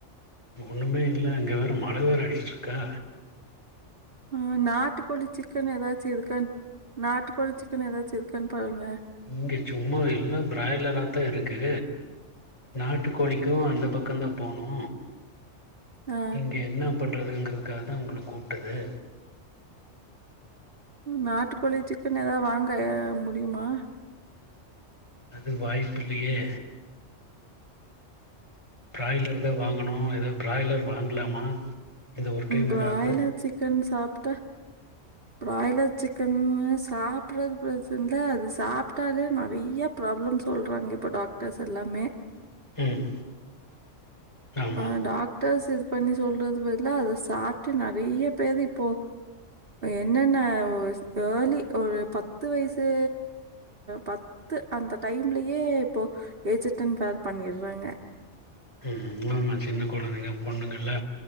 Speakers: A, on the left (about 25°); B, on the right (about 50°).
A: ஒண்ணுமே இல்ல இங்க வேற மல வேற அடிச்சிட்டு இருக்கா
B: ஆ நாட்டுக்கோழி சிக்கன் எதாச்சி இருக்கான் நாட்டுக்கோழி சிக்கன் ஏதாச் வச்சிருக்கன்னு பாருங்க
A: இங்க சும்மா எல்லா பிராய்லராத்தா இருக்கு நாட்டுக்கோழிக்கு அந்த பக்கோ தா போனோ
B: ஆ
A: இங்க என்ன பண்றதுங்றது க்காக தா உங்கள கூப்டது
B: நாட்டுக்கோழி சிக்கன் எதா வாங்க முடியுமா
A: அது வாய்ப்பு இல்லயே பிராய்லர் தா வாங்கனோ எதாது பிராய்லர் வாங்கலாமா இந்த ஒரு டைம்
B: ப்ராய்லர்
A: ஏதாவது
B: சிக்கன் சாப் ப்ராய்லர் சிக்கன் சாப்ட்றது பிரச்சன இல்ல அது சாப்பிட்டாலே நெறய ப்ராப்ளம் சொல்றாங்க இப்ப டாக்டர்ஸ் எல்லாமே
A: ம் ஆமா
B: ஆ டாக்டர்ஸ் இருப் பண்ணி சொல்றது பதிலா அத சாப்ட்டு நெறய பேரு இப்போ என்னென்ன எர்லி ஒரு பத்து வயசு பத்து அந்த டைம்லயே இப்போ ஏஜெட்டன் பேர் பண்ணிட்றாங்க
A: ம் ஆமா சின்ன கொலைந்தைங்க பொண்ணுங்கெல்லா